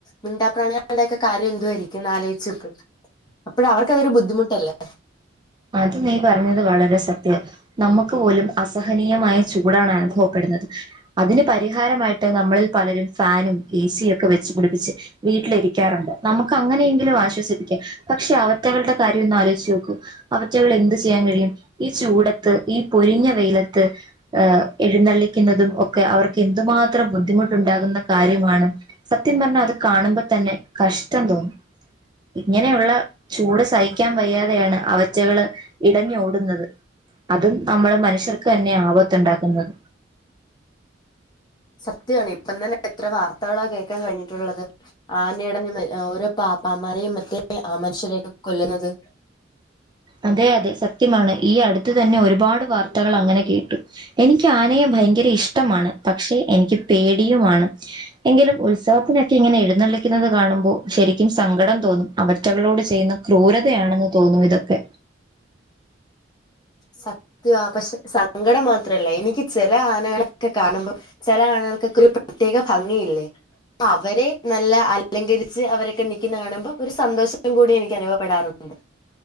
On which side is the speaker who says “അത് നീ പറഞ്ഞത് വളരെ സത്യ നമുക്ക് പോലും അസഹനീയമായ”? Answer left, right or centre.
Right